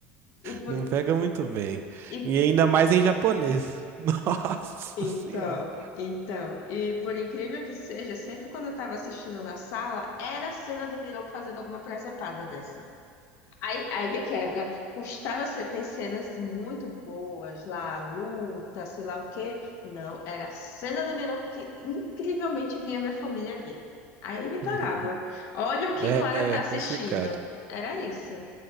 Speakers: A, on the left; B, on the right.
A: E por,
B: Não pega muito bem.
A: e,
B: E ainda mais em japonês. <laughs> Nossa
A: então,
B: senhora.
A: então, e por incrível que seja, sempre quando eu estava assistindo na sala, era a cena do Miroco fazendo alguma presepada dessa. Aí, aí me quebra. Custava ser, tem cenas muito boas lá, a luta, sei lá o quê. Não, era a cena do Mironco que incrivelmente vinha minha família ver. Aí me torava.
B: <laughs>
A: Olha o que
B: É,
A: Clara tá
B: é
A: assistindo.
B: complicado.
A: Era isso.